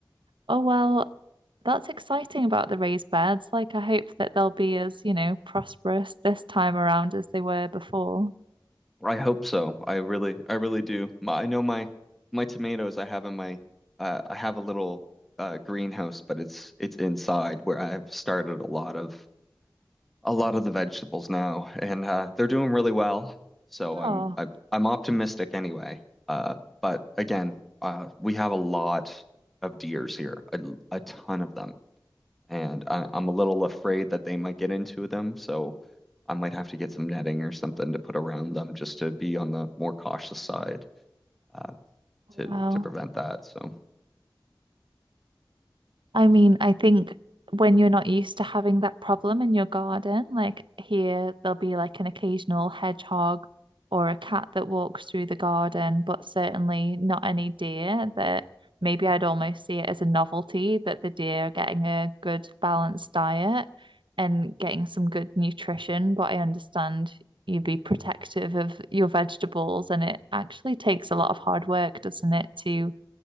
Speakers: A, on the right; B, in the centre.
A: oh well, that's exciting about the raised beds. Like I hope that they'll be as, you know, prosperous this time around as they were before.
B: I hope so. I really, I really do. My, I know my my tomatoes I have in my uh, I have a little uh, greenhouse, but it's it's inside where I have started a lot of a lot of the vegetables now, and uh, they're doing really well. So
A: Oh,
B: I'm I, I'm optimistic anyway. Uh, but again, uh, we have a lot of deers here, a, a ton of them and I, I'm a little afraid that they might get into them, so I might have to get some netting or something to put around them just to be on the more cautious side uh, to
A: wow.
B: to prevent that. So
A: I mean, I think when you're not used to having that problem in your garden, like here, there'll be like an occasional hedgehog or a cat that walks through the garden, but certainly not any deer that maybe I'd almost see it as a novelty that the deer are getting a good balanced diet and getting some good nutrition. But I understand you'd be protective of your vegetables, and it actually takes a lot of hard work, doesn't it, to